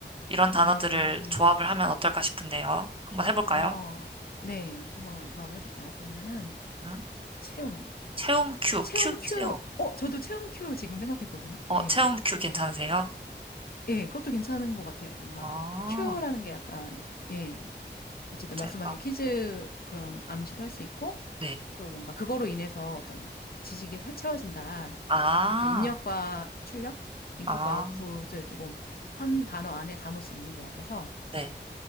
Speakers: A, on the right (about 30°); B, on the left (about 55°).
A: 이런 단어들을
B: 음,
A: 조합을 하면 어떨까 싶은데요. 한번 해볼까요?
B: 어, 네, 한번 조합을 해볼까요? 그러면은
A: 음,
B: 체험,
A: 체험 큐,
B: 체험
A: 큐
B: 큐,
A: 체험.
B: 어, 저도 체험 큐 지금 생각했거든요.
A: 어,
B: 예,
A: 체험 큐 괜찮으세요?
B: 예, 그것도 괜찮은 것 같아요. 뭔가
A: 아,
B: 큐라는 게 약간, 예, 어쨌든
A: 저희가,
B: 말씀하신 퀴즈 그런 암시도 할 수 있고,
A: 네.
B: 또 뭔가 그거로 인해서 어떤 지식이 채워진다.
A: 아,
B: 어떤 입력과 출력, 인풋과
A: 아,
B: 아웃풋을 조금 한 단어 안에 담을 수 있는 것 같아서
A: 네.